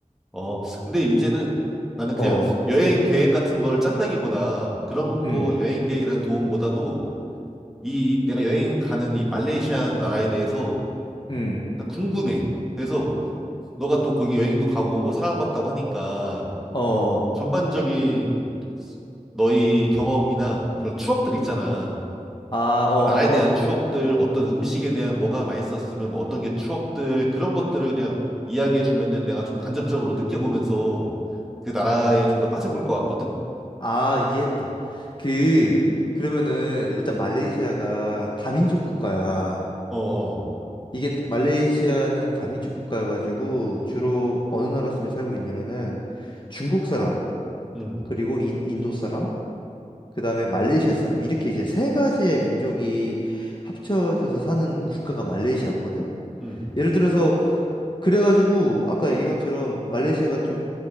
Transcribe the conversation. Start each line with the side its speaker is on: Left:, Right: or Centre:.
Centre: 어, 근데 이제는 나는 그냥
Left: 어,
Centre: 여행 계획 같은 걸 짠다기보다 그런
Left: 음,
Centre: 거 여행 계획이라는 도움보다도 이 내가 여행 가는 이 말레이시아 나라에 대해서
Left: 음,
Centre: 딱 궁금해. 그래서 너가 또 거기 여행도 가고 뭐 살아봤다고 하니까
Left: 어,
Centre: 전반적인 너의 경험이나 그런 추억들 있잖아.
Left: 아, 어,
Centre: 나라에 대한 추억들, 어떤 음식에 대한 뭐가 맛있었으면 뭐 어떤 게 추억들, 그런 것들을 그냥 이야기해 주면은 내가 좀 간접적으로 느껴보면서 그 나라에 좀 더 빠져볼 것 같거든?
Left: 아, 이해했다. 그, 그러면은 일단 말레이시아가 다민족 국가야.
Centre: 어어.
Left: 이게 말레이시아는 다민족 국가여가지고 주로 어느 나라 사람이 살고 있냐면은 중국 사람,
Centre: 음,
Left: 그리고 인, 인도 사람, 그다음에 말레이시아 사람 이렇게 이제 세 가지의 민족이 합쳐져서 사는 국가가 말레이시아거든.
Centre: 음,
Left: 예를 들어서 그래가지고 아까 얘기한 것처럼 말레이시아가 좀